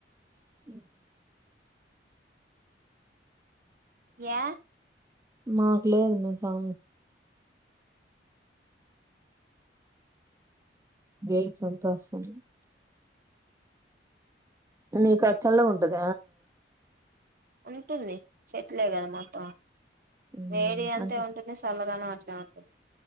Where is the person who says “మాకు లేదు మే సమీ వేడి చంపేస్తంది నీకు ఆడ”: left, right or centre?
Right